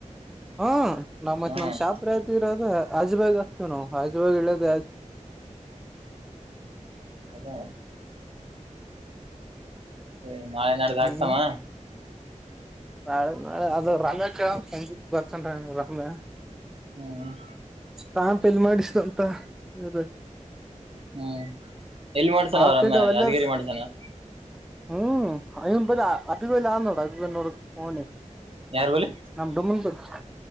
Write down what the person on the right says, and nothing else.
ಹ್ಮ್
ಅದೇ ಏ ನಾಳೆ ನಾಡ್ದ ಹಾಕ್ಸಮ್ಮ
ಹ್ಮ್
ಹ್ಮ್ ಎಲ್ಲಿ ಮಾಡ್ಸನ
ಅವ ರಮ್ಯಾ
ಯಾದಗಿರಿ ಮಾಡ್ಸನ
ಯಾರ್ ಬಲಿ